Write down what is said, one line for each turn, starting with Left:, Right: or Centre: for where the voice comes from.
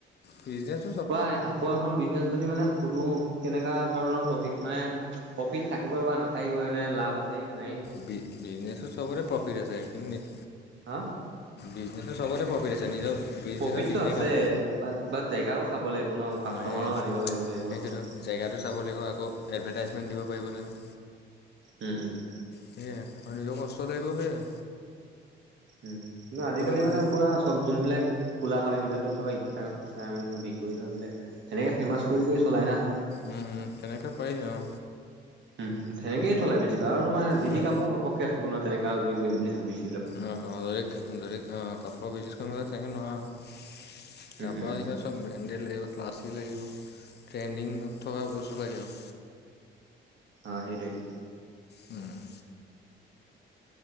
Left: বিজনেচ',
Right: প্ৰায় কাপোৰৰ এখন বিজনেচ যদি মানে খুলোঁ? কেনেকা ধৰণৰ টপিক মানে প্ৰফ্টিট থাকিব বা নাথাকিব, এনে লাভ আছেই নে নায়েই',
Left: বি', - বিজনেছো চবতে প্ৰফ্টিট আছে কিন্তু নি',
Right: হা
Left: বিজনেছত চবৰে প্ৰফ্টিট আছে নিজৰ', বিজনেছৰ
Right: প্ৰফ্টিটত
Left: তিনিটাই
Right: আছে,
Left: কাম
Right: বাট্-বাট্ জেগাও চাব লাগিব ন, কাষ্টমাৰো
Left: মানে
Right: আনিব পাৰিব লাগিব
Left: সেইটোতো
Right: নহয়',
Left: জেগাটো চাব লাগিব আকৌ এডভেৰ্টাইজমেণ্ট দিব পাৰিব লাগিব',
Right: উম', - উম',
Left: সেয়ে আৰু শৰীৰৰ কষ্ট লাগিব সেয়া',
Right: উম', কিন্তু আজিকালি
Left: হ'লে
Right: মানে পুৰা চব যোনবিলাক', খোলা হয় সেইবিলাক ত', চব ইনষ্টাগৰাম চিনষ্টাগৰামত ধৰ চব ডিল কৰি থৈ বোলে, সেনেকে ফেমাচ কৰি-কৰি চলাই না',
Left: উম', - উম', তেনেকে পাৰি অ',
Right: উম', তেনেকে চলাই বেছি ভাগ আৰু তোমাৰ যি
Left: অঁ
Right: তি কাপোৰ ঘপককে ৰাখিব নোৱাৰে তেনেকা, যদি কৰিম বুলি ভাবিছ',
Left: অহ', -অহ', যদি কা', - যদি কা', -অ', কাপোৰৰ বিজনেছ কৰিম ক'লে তেনেকে নোৱাৰা অ',
Right: উম,
Left: কাপোৰৰ
Right: উম,
Left: দিশত', চব ব্ৰেণ্ডেড লাগিব, ক্লাছি লাগিব, ট্ৰেণ্ডিং অ', থকা বস্তু লাগিব আকৌ',
Right: অহ', সেইটোৱেই',
Left: উম',